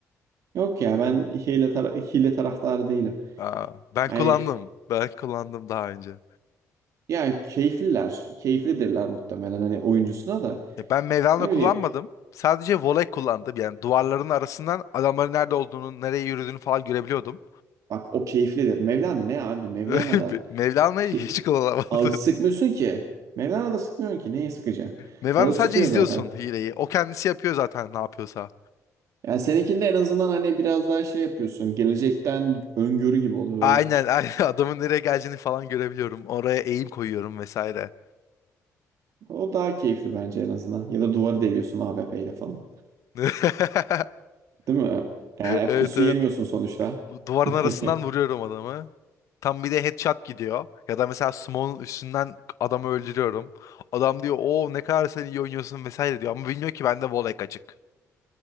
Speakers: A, on the right; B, on the left.
A: Yok ya ben hile, tar- hile taraftarı değilim.
B: Aa, ben
A: Yani
B: kullandım. Ben kullandım daha önce.
A: Ya keyifliler, keyiflidirler muhtemelen hani oyuncusuna da.
B: Ya ben Mevlana
A: Ne
B: kullanmadım.
A: bileyim
B: Sadece voley kullandım. Yani duvarların arasından adamların nerede olduğunu, nereye yürüdüğünü falan görebiliyordum.
A: bak o keyiflidir. Mevlana ne abi? Mevlana
B: <laughs>
A: da
B: Mevlana'yı
A: şi-
B: hiç kullanamadım.
A: ağı sıkmıyorsun ki. Mevlana da sıkmıyorsun ki. Neye sıkacaksın?
B: <laughs> Mevlana
A: Öyle
B: sadece
A: sıkıyor
B: izliyorsun
A: zaten.
B: hileyi. O kendisi yapıyor zaten ne yapıyorsa.
A: Yani seninkinde en azından hani biraz daha şey yapıyorsun. Gelecekten öngörü gibi oluyor
B: Aynen,
A: böyle.
B: <laughs> aynen. Adamın nereye geleceğini falan görebiliyorum. Oraya eğim koyuyorum vesaire.
A: O daha keyifli bence en azından. Ya da duvarı deliyorsun A W P ile falan.
B: <laughs>
A: Değil mi? Yani
B: Evet
A: pusu
B: evet.
A: yemiyorsun sonuçta.
B: Duvarın
A: <laughs>
B: arasından vuruyorum adamı. Tam bir de headshot gidiyor. Ya da mesela smoke'un üstünden adamı öldürüyorum. Adam diyor o ne kadar sen iyi oynuyorsun vesaire diyor. Ama bilmiyor ki bende Volek açık.